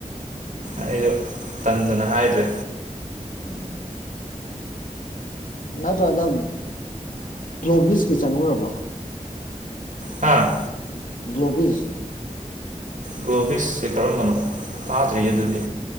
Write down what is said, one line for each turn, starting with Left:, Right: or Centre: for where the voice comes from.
Left: ꯎꯝ
Right: ꯑꯩꯁꯨ ꯇꯟꯗꯅ ꯍꯥꯏꯗ꯭ꯔꯦ
Left: ꯎꯝ ꯎꯝ ꯅꯠꯇ꯭ꯔ ꯅꯪ ꯒ꯭ꯂꯣꯕꯤꯁꯀꯤ ꯆꯪꯉꯨꯔꯕ
Right: ꯍꯥꯥ
Left: ꯒ꯭ꯂꯣꯕꯤꯁ
Right: ꯒ꯭ꯂꯣꯕꯤꯁꯁꯦ ꯀꯔꯝꯕꯅꯣ ꯇꯥꯗ꯭ꯔꯤ ꯑꯗꯨꯗꯤ